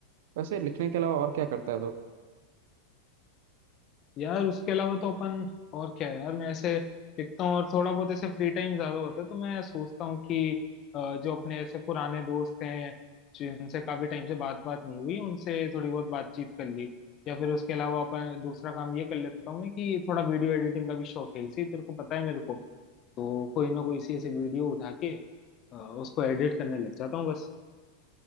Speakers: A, on the right; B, on the left.
A: वैसे लिखने के अलावा और क्या करता है तो
B: यार उसके अलावा तो अपन और क्या है यार मैं ऐसे लिखता हूँ और थोड़ा बहुत ऐसे फ्री टाइम ज्यादा होता है तो मैं सोचता हूँ कि अ, जो अपने ऐसे पुराने दोस्त हैं जिनसे काफी टाइम से बात बात नहीं हुई उनसे थोड़ी बहुत बातचीत कर ली या फिर उसके अलावा अपन दूसरा काम ये कर लेता हूँ मैं कि थोड़ा वीडियो एडिटिंग का भी शौक है इसी तेरे को पता है मेरे को तो कोई ना कोई इसी ऐसे वीडियो उठा के अ, उसको एडिट करने लग जाता हूँ बस